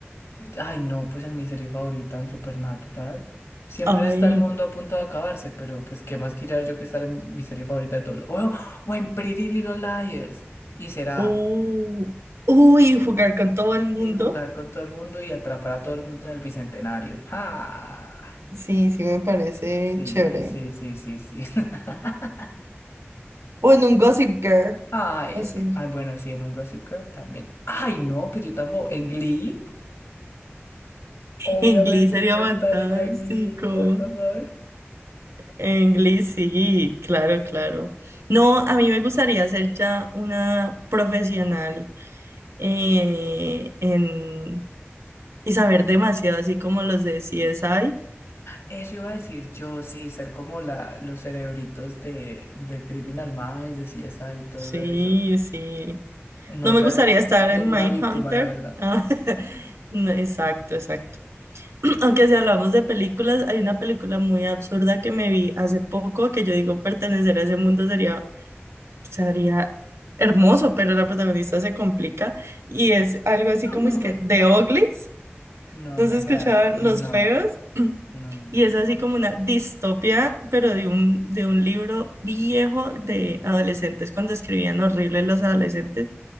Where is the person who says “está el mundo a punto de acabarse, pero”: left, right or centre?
Left